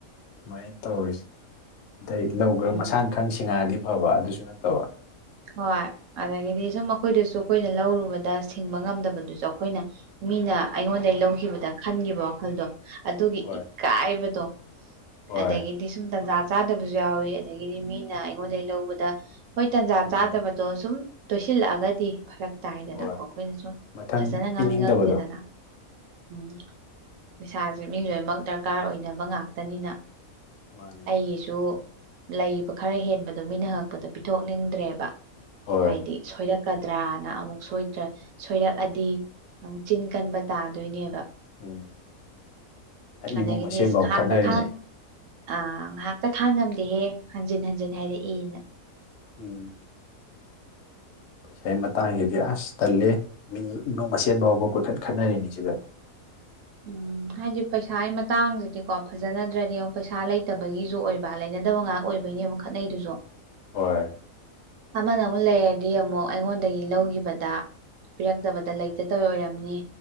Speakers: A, on the left; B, on the right.
A: ꯑꯗꯨꯃꯥꯏꯅ ꯇꯧꯔꯤꯁꯦ ꯑꯗꯩ ꯂꯧꯈ꯭ꯔ
B: ꯎꯝ
A: ꯃꯁꯥꯅ ꯈꯪ ꯁꯤꯡꯉꯛꯑꯗꯤ ꯐꯕ ꯑꯗꯨꯁꯨ ꯅꯠꯇꯕ
B: ꯍꯣꯏ ꯑꯗꯒꯤꯗꯤ ꯁꯨꯝ ꯑꯩꯈꯣꯏꯗꯁꯨ ꯑꯩꯈꯣꯏꯅ ꯂꯧꯔꯨꯕꯗ ꯁꯤꯡꯕ ꯉꯝꯗꯕꯗꯨꯁꯨ ꯑꯩꯈꯣꯏꯅ ꯃꯤꯅ ꯑꯩꯉꯣꯟꯗꯒꯤ ꯂꯧꯈꯤꯕꯗ ꯈꯟꯈꯤꯕ ꯋꯥꯈꯜꯗꯣ ꯑꯗꯨꯒꯤ
A: ꯍꯣꯏ
B: ꯏꯀꯥꯏꯕꯗꯣ
A: ꯍꯣꯏ
B: ꯑꯗꯒꯤꯗꯤ ꯁꯨꯝ ꯇꯟꯖꯥ ꯆꯥꯗꯕꯁꯨ ꯌꯥꯎꯋꯤ ꯑꯗꯒꯤꯗꯤ ꯃꯤꯅ ꯑꯩꯉꯣꯟꯗꯒꯤ ꯂꯧꯕꯗ ꯍꯣꯏ ꯇꯟꯖꯥ
A: ꯎꯝ
B: ꯆꯥꯗꯕꯗꯣ ꯁꯨꯝ ꯇꯣꯏꯁꯤꯜꯂꯛꯑꯒꯗꯤ ꯐꯔꯛ ꯇꯥꯏꯗꯅꯀꯣ
A: ꯍꯣꯏ
B: ꯑꯩꯈꯣꯏꯅ ꯁꯨꯝ
A: ꯃꯊꯪ
B: ꯐꯖꯅ ꯉꯥꯡꯅꯤꯡꯉꯛꯇꯦꯗꯅ
A: ꯄꯤꯅꯤꯡꯗꯕꯗꯣ
B: ꯎꯝ ꯄꯩꯁꯥꯁꯦ ꯃꯤ ꯂꯣꯏꯅꯃꯛ ꯗꯔꯀꯥꯔ ꯑꯣꯏꯅꯕ ꯉꯥꯛꯇꯅꯤꯅ
A: ꯃꯥꯅꯦ
B: ꯑꯩꯒꯤꯁꯨ ꯂꯩꯕ ꯈꯔ ꯍꯦꯟꯕꯗꯣ ꯃꯤꯅ ꯍꯪꯛꯄꯗ ꯄꯤꯊꯣꯛꯅꯤꯡꯗ꯭ꯔꯦꯕ
A: ꯍꯣꯏ
B: ꯍꯥꯏꯗꯤ ꯁꯣꯏꯔꯛꯀꯗ꯭ꯔꯥꯅ ꯑꯃꯨꯛ ꯁꯣꯏꯗ꯭ꯔ ꯁꯣꯏꯔꯛꯑꯗꯤ ꯑꯃꯨꯛ ꯆꯤꯟ ꯀꯟꯕ ꯇꯥꯗꯣꯏꯅꯦꯕ
A: ꯎꯝ
B: ꯑꯗꯒꯤꯗꯤ
A: ꯏꯃꯨꯡ ꯃꯁꯦꯟꯐꯥꯎ
B: ꯏꯁ ꯉꯍꯥꯛꯇ
A: ꯈꯠꯅꯔꯤꯅꯦ
B: ꯢꯡ ꯑ ꯉꯥꯏꯍꯥꯛꯇ ꯈꯥꯡꯉꯝꯗꯦꯍꯦ ꯍꯟꯖꯤꯟ ꯍꯟꯖꯤꯟ ꯍꯥꯏꯔꯛꯏꯅ
A: ꯎꯝ ꯄꯁꯥꯒꯤ ꯃꯇꯥꯡꯁꯤꯗꯤ ꯑꯁ ꯇꯜꯂꯦ ꯃꯤ ꯏꯃꯨꯡ ꯃꯁꯦꯟ ꯐꯥꯎꯕ ꯀꯨꯊꯠ ꯈꯠꯅꯔꯤꯅꯤ ꯁꯤꯗ
B: ꯎꯝ ꯍꯥꯏꯗꯤ ꯄꯩꯁꯥꯒꯤ ꯃꯇꯥꯡꯁꯤꯗꯤꯀꯣ ꯐꯖꯅꯗ꯭ꯔꯗꯤ ꯌꯣ ꯄꯩꯁꯥ ꯂꯩꯇꯕꯒꯤꯁꯨ ꯑꯣꯏꯕ ꯂꯩꯅꯗꯕ ꯉꯥꯛ ꯑꯣꯏꯕꯩꯅꯦꯕ ꯈꯠꯅꯩꯗꯨꯁꯨ
A: ꯍꯣꯏ
B: ꯑꯃꯅ ꯑꯃꯨꯛ ꯂꯩꯔꯗꯤ ꯑꯃꯨꯛ ꯑꯩꯉꯣꯟꯗꯒꯤ ꯂꯧꯈꯤꯕꯗ ꯄꯤꯔꯛꯇꯕꯗ ꯂꯩꯇꯇꯧꯔꯤ ꯑꯣꯏꯔꯝꯅꯤ